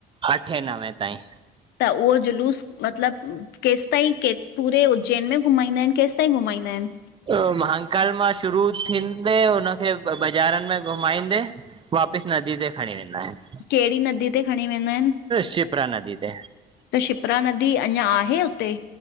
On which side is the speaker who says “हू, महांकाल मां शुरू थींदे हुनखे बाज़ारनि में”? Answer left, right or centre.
Right